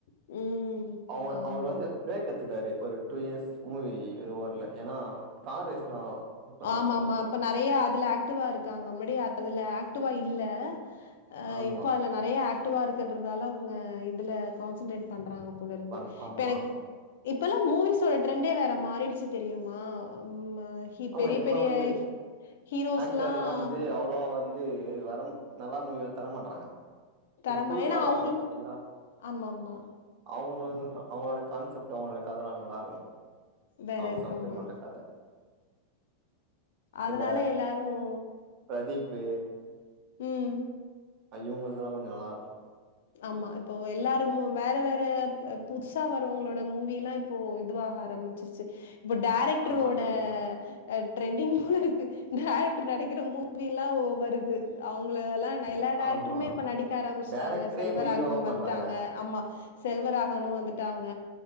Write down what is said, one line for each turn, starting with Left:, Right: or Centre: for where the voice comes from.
Left: ம்
Right: அவ
Left: ஆமா
Right: அவரு வந்து ப்ரேக் எடுத்துக்டாரு ஒரு டூ இயர்ஸ் மூவி எதுவு வரல ஏன்னா கார் ரேஸ்லா இது பண்றாங்கள
Left: ஆமாமா. இப்ப நெறையா அதுல ஆக்டிவா இருக்காங்க முன்னாடி அதுல ஆக்டிவா இல்ல அ
Right: ஆமா
Left: இப்ப அதுல நெறைய ஆக்டிவா இருக்குன்றதால அவங்க இதுல கான்சன்ட்ரேட் பண்றாங்க போல இருக்கு
Right: பண் ஆமா
Left: இப்ப எனக் இப்பல்லா மூவிஸோட ட்ரெண்டே வேற மாறிடுச்சு தெரியுமா ம் ஹி
Right: ஆமா
Left: பெரிய
Right: இப்பல்லா
Left: பெரிய
Right: வந்து
Left: ஹீரோஸ்லாம்
Right: ஆக்டர்லா வந்து அவ் ளா வந்து வர நல்ல மூவியா தர மாட்றாங்க
Left: தரமா
Right: இப்ப புதுசா
Left: ஏன்னா
Right: வராங்க
Left: அவங்களுக்கு
Right: பாத்தீங்ளா
Left: ஆமாமா.
Right: அவங்க இது அவங்களோட கான்செப்ட் அவங்களோட கதலா நல்லாருக்கு
Left: வேற
Right: அவங்க
Left: இருக்கும்மா.
Right: செலெக்ஷன் பண்ற கத
Left: அதனால
Right: இந்த
Left: எல்லாரும்
Right: ப்ரதீப்பு
Left: ம்
Right: அ இவவுங்குள்துலா கொஞ்ச நல்லாருக்கு
Left: ஆமா இப்போ எல்லாரு வேற வேற புதுசா வரவங்களோட மூவிலா இப் இப்போ இதுவாக ஆரம்பிச்சிருச்சு இப்ப டேரக்ரோட
Right: ஆமா ட்ரெண்டிங்
Left: அ ட்ரெண்டிங் போல இருக்கு டேரக்டர் நடிக்கிற மூவிலா வருது அவங்ளலா எல்லா டேரக்டருமே
Right: ஆமா
Left: இப்ப நடிக்க ஆரம்பிச்சிட்டாங்ள
Right: டேரக்டரே
Left: செல்வராகவன்
Right: இப்ப ஹீரோவா பண்றாங்க
Left: வந்துட்டாங்க அ ஆமா செல்வராகனு வந்துட்டாங்க